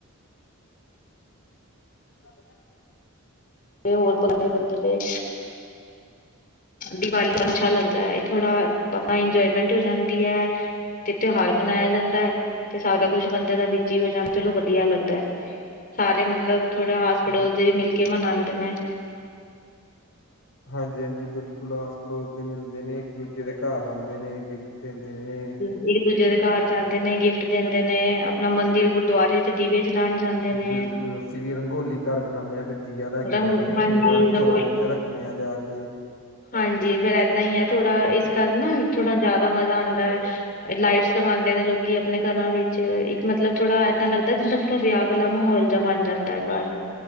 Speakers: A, on the left (about 65°); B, on the left (about 40°).
A: ਹਾਂ।
B: ਹੋਰ ਪਤਾ, ਬੰਦੇ ਦੇ ਦੀਵਾਲੀ ਦਾ ਨਸ਼ਾ ਲੱਗਦਾ ਥੋੜਾ। ਆਈ ਇੰਜੋਏਮੈਂਟ ਹੋ ਜਾਂਦੀ ਹੈ। ਤੇ, ਤਿਉਹਾਰ ਮਨਾਇਆ ਜਾਂਦਾ ਹੈ। ਤੇ ਸਾਰਾ ਕੁੱਛ ਬੰਦੇ ਦਾ ਵਿੱਚ ਹੀ ਹੋ ਜਾਣਾ ਚਲੋ ਵਧੀਆ ਲੱਗਦਾ। ਸਾਰੇ ਮਤਲਬ ਥੋੜਾ ਆਸ ਪੜੋਸ
A: ਜੀ
B: ਦੇ ਮਿਲ ਕੇ ਮਨਾਉਂਦੇ ਨੇ।
A: ਹਾਂਜੀ-ਹਾਂਜੀ, ਬਿਲਕੁਲ ਆਸ ਪੜੋਸ ਦੇ ਮਿਲਦੇ ਨੇ। ਇੱਕ-ਦੂਜੇ ਦੇ ਘਰ ਆਉਂਦੇ ਨੇ ਗਿਫਟ ਦਿੰਦੇ ਨੇ।
B: ਇੱਕ-ਦੂਜੇ ਦੇ ਘਰ ਜਾਂਦੇ ਨੇ, ਗਿਫਟ ਦਿੰਦੇ ਨੇ। ਆਪਣਾ ਮੰਦਿਰ ਗੁਰਦੁਆਰੇ ਚ ਦੀਵੇ ਜਲਉਣ ਜਾਂਦੇ ਨੇ।
A: ਬਿਲਕੁਲ ਅਸੀਂ ਵੀ ਰੰਗੋਲੀ ਘਰ ਬਣਾਉਂਦੇ ਹਾਂ। ਫਿਰ ਦੀਆ ਲੈ ਕੇ
B: ਰੰਗ
A: ਜਾਂਦੇ ਹਾਂ।
B: ਹਾਂਜੀ
A: ਕਈ ਵਾਰ ਚੌਂਕ
B: ਰੰਗੋਲੀ
A: ਚ ਰੱਖਣੇ ਆ ਜਾ ਕੇ।
B: ਹਾਂਜੀ, ਫੇਰ ਏਦਾਂ ਹੀ ਆ ਥੋੜਾ ਇਸ ਕਰ ਨਾ ਥੋੜਾ ਜਿਆਦਾ ਮਜ਼ਾ ਆਉਂਦਾ ਹੈ। ਲਾਈਟ ਲਗਾਉਂਦੇ ਨੇ ਲੋਕੀ ਆਪਣੇ ਘਰਾਂ ਵਿੱਚ ਇੱਕ ਮਤਲਬ ਥੋੜਾ ਮਦਾਂ ਲੱਗਦਾ, ਜਿੱਦਾਂ ਥੋੜਾ ਵਿਆਹ ਵਾਲਾ ਮਾਹੌਲ ਜਹਾ ਬਣ ਜਾਂਦਾ। ਦਾ ਘਰ